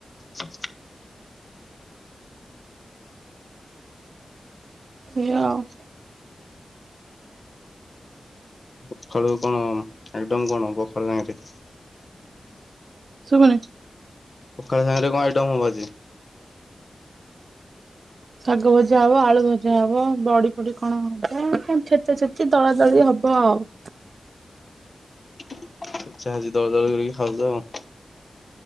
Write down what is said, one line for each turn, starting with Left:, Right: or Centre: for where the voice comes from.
Left: ହ
Right: ଇଆ ଆଉ।
Left: ପଖାଳୁ କଣ ଏକଦମ କଣ ପଖାଳ ସାଙ୍ଗରେ
Right: ଶୁବୁନି।
Left: ପଖାଳ ସାଙ୍ଗରେ କଣ ଆଇଟମ ହବ ଆଜି।
Right: ଶାଗ ଭଜା ହବ ଆଳୁ ଭଜା ହବ ବଡି ପଡି କଣ ହବ। କଣ ଛେତ ଛେତି ଦଳା ଦଳି ହ ବ ଆଉ।
Left: ହ ଇଛା ହଉଚି ଦଳା ଦୁଳି କରିକି ଖାଉଚ ଆଉ।